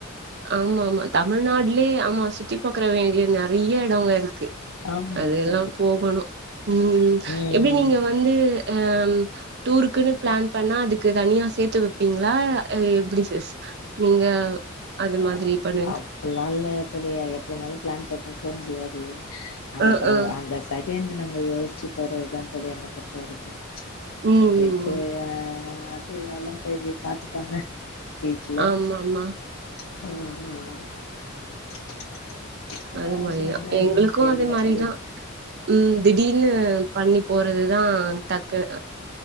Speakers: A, on the right; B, on the left.
A: ஆமா ஆமா தமிழ்நாட்லே ஆமா சுத்தி பாக்குற வேண்டிய நெறையா எடங்க இருக்கு
B: ஆமா
A: அதெல்லா
B: கண்டிப்பா
A: போகணு ம்
B: ம்
A: எப்டி நீங்க வந்து அ டூருக்குன்னு பிளான் பண்ணா அதுக்கு தனியா சேத்து வப்பீங்ளா எப்டி சிஸ் நீங்க
B: <inaudible>
A: அது மாதிரி
B: அப்
A: பண்ணுவீங்க
B: அப்டிலா இல்ல தோழி எப்டிருந்தாலு பிளான் போட்டா போ முடியாது அடுத்த
A: ஆ ஆ
B: ஒ அந்த செகண்டு நம்ம யோசிச்சு போறதுதா தோழி என்ன பொறுத்த வரைக்கு அது
A: ம்
B: சேத்து
A: ம்
B: வையா அது நலம் தோழி பாத்துப்பாங்க வீட்ல
A: ஆமா ஆமா
B: ம் ம்
A: அது மாரிதா
B: அதனால
A: எங்களுக்கு
B: எதுவு தெரியல
A: அது மாரிதா
B: தோழி
A: ம் திடீர்னு பண்ணி போறதுதா டக்கு <inaudible>